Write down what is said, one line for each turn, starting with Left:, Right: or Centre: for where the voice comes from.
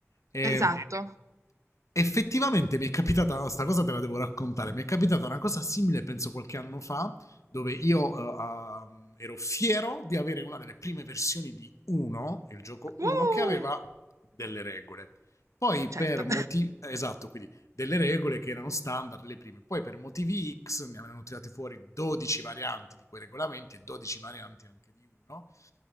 Left: Ehm
Right: esatto.
Left: Effettivamente mi è capitata, oh, sta cosa te la devo raccontare, mi è capitata una cosa simile, penso qualche anno fa, dove io eh, ehm, ero fiero di avere una delle prime versioni di 1, il gioco
Right: Uh,
Left: 1, che aveva delle regole. Poi
Right: certo.
Left: per motivi... Esatto, quindi delle regole che erano standard le prime. Poi per motivi X ne avevano tirate fuori 12 varianti di quei regolamenti e 12 varianti anche di uno.